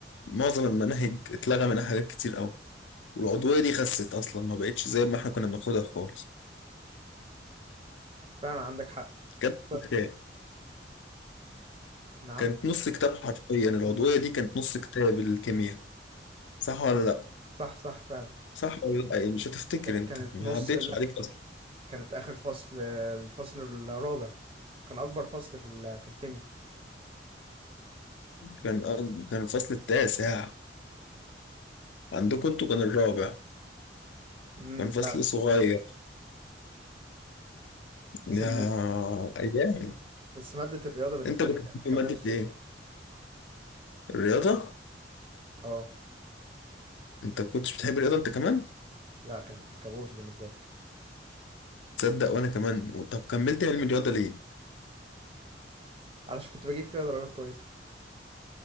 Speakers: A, on the left; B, on the right.
A: معظم المناهج اتلغى منها حاجات كتير قوي والعضويه دي خست اصلا ما بقتش زي ما احنا كنا بناخدها خالص
B: فعلا عندك حق
A: كانت
B: س-
A: كتاب
B: نعم
A: كانت نص كتاب حرفيا العضويه
B: مم،
A: دي كانت نص كتاب الكيمياء صح ولا لا
B: صح صح فعلا
A: صح ولا لا يعني مش هتفتكر
B: ك-
A: انت
B: كانت
A: ما
B: نص
A: عدتش عليك اصلا
B: كانت اخر فصل الفصل الرابع كان اكبر فصل في ال- في الكيمياء
A: كان كان الفصل التاسع عندكم انتوا كان الرابع
B: امم
A: كان
B: فعلا
A: فصل صغير يا
B: بس ال...
A: ايام
B: بس مادة الرياضة بالنسبة
A: انت كنت
B: لي كانت
A: بتحب
B: كابوس
A: ماده ايه الرياضه
B: اه
A: انت كنتش بتحب الرياضه انت كمان
B: لا كانت كابوس بالنسبة لي
A: تصدق وانا كمان طب كملت علم الرياضه ليه
B: علشان كنت بجيب فيها درجات كويسة